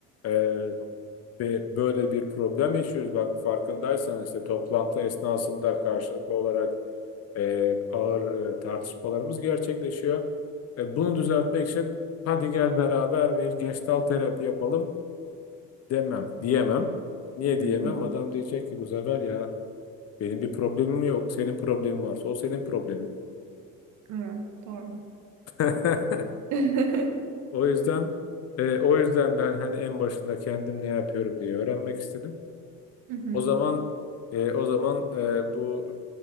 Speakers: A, on the left; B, on the right.
A: e, ve böyle bir problem yaşıyoruz. Bak farkındaysan işte toplantı esnasında karşılıklı olarak e, ağır e, tartışmalarımız gerçekleşiyor. E, bunu düzeltmek için hadi gel beraber bir gestalt terapi yapalım demem, diyemem. Niye diyemem?
B: hı hı.
A: Adam diyecek ki bu sefer ya benim bir problemim yok. Senin problemin varsa o senin problemin.
B: Evet, doğru.
A: <laughs>
B: <laughs>
A: O yüzden e, o yüzden ben hani en başında kendim ne yapıyorum diye öğrenmek istedim.
B: Hı hı,
A: O zaman e, o zaman e, bu